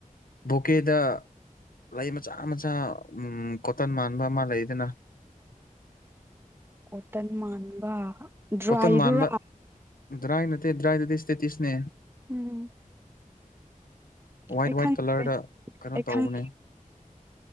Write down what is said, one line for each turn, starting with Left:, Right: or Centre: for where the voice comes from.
Left: ꯣꯀꯦꯗ ꯂꯩ ꯃꯆꯥ ꯃꯆꯥ ꯎꯝ ꯀꯣꯇꯟ ꯃꯥꯟꯕ ꯑꯃ ꯂꯩꯗꯅ꯫
Right: ꯀꯣꯇꯟ ꯃꯥꯟꯕ꯫ ꯗ꯭ꯔꯥꯏꯗꯨꯔꯥ
Left: ꯀꯣꯇꯟ ꯃꯥꯟꯕ ꯗ꯭ꯔꯥꯏ ꯅꯠꯇꯦ ꯗ꯭ꯔꯥꯏꯗꯗꯤ ꯏꯁꯇꯦꯇꯤꯁꯅꯦ
Right: ꯎꯝ
Left: ꯋꯥꯏꯠ
Right: ꯑꯩ
Left: ꯋꯥꯏꯠ
Right: ꯈꯪꯗ꯭ꯔꯦ
Left: ꯀꯂ꯭ꯔꯗ꯫ ꯈꯔ
Right: ꯑꯩ
Left: ꯇꯧꯕꯅꯦ
Right: ꯈꯪ